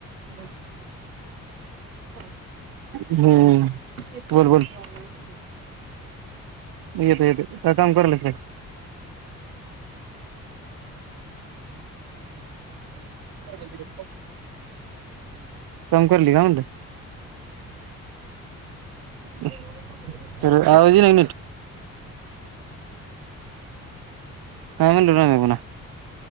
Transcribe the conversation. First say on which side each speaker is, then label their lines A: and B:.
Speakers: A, on the right; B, on the right.
A: Hello ह
B: हम्म
A: येतोय
B: बोल बोल
A: काय आवाज
B: येते येते काय काम करायलेस काय
A: च्या
B: काय काम करायली का म्हणलं
A: होय
B: ब
A: होय कपडे धुतलो.
B: तर आवाज येईना काय म्हनल रव्या पुणा